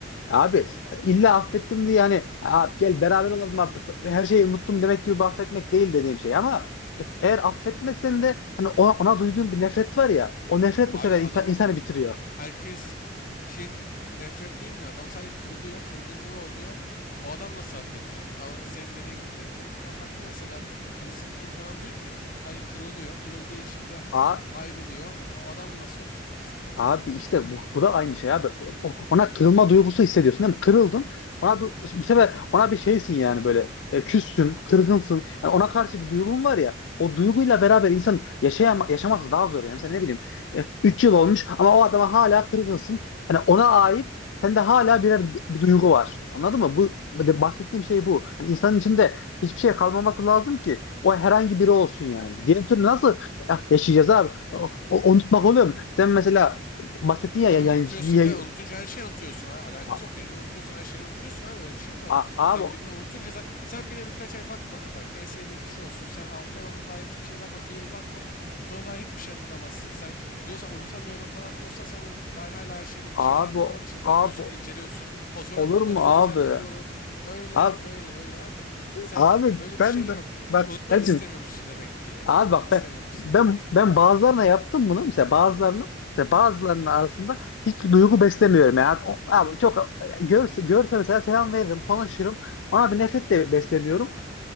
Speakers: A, on the left; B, on the left.
A: Abi illa affettim diye yani "Aa, gel beraber olalım artık her şeyi unuttum demek gibi bir affetmek değil dediğim şey ama eğer affetmezsen de hani ona, ona duyduğun bir nefret var ya o nefret
B: Abi
A: bu sefer
B: adamı
A: insan, insanı bitiriyor.
B: herkes kin nefret duymuyor. Adam sadece kırılıyor. Kırgınlığı oluyor. O adam nasıl affedecek? Ama senin dediğin gibi de de farklı mesela. Kimisi kin falan duymuyor. Sadece kırılıyor. Kırıldığı için de
A: Aa,
B: ayrılıyor. O adamın nasıl olacak mesela?
A: Abi işte bu, bu da aynı şey abi. O- Ona kırılma duygusu hissediyorsun değil mi? Kırıldın. Ona bir, bu sefer ona bir şeysin yani böyle. E, küstün, kırgınsın. Yani ona karşı bir duygun var ya. O duyguyla beraber insan yaşayama, yaşaması daha zor yani. Mesela ne bileyim e, 3 yıl olmuş ama o adama hala kırgınsın. Yani ona ait sende hala birer bir, bir duygu var. Anladın mı? Bu bu de- bahsettiğim şey bu. Hani insanın içinde hiçbir şey kalmaması lazım ki o herhangi biri olsun yani. Diğer türlü nasıl ya, yaşayacağız abi? O- o- unutmak oluyor mu? Sen mesela bahsetti
B: Abi
A: ya ya- yayıncı.
B: unutuyorsun
A: yay-
B: ya unutunca her şeyi unutuyorsun ha alakası
A: A-
B: yok. Birini unutuyorsan her şeyi unutuyorsun abi öyle bir şey mi var?
A: a- abi
B: Sen birini unutunca sen, sen birine birkaç ay bakma. Bak en sevdiğin kişi olsun. Sen 6 ay onun dair hiçbir şey bakma. Bir yıl bakma. Sonra dair hiçbir şey hatırlamazsın. Sen diyorsan unutamıyorum falan diyorsan sen onun dair hala her şeyle bir şeyleri
A: abi
B: hatırlamak için bakıyorsun,
A: abi
B: inceliyorsun. Fotoğraf
A: olur
B: olur,
A: mu
B: sosyal
A: abi?
B: medya olur. Öyle
A: Abi,
B: öyle öyle abi. Sen
A: abi
B: öyle
A: ben
B: bir şey
A: de
B: yok.
A: bak
B: Unutmak
A: Ercim
B: istemiyor musun demek ki?
A: abi
B: Unutmak
A: bak
B: istemiyor
A: ben
B: musun
A: ben
B: demek ki?
A: ben bazılarına yaptım bunu mesela bazılarına mesela bazılarının arasında hiç duygu beslemiyorum yani O- abi çok görse görse mesela selam veririm konuşurum ona bir nefret de beslemiyorum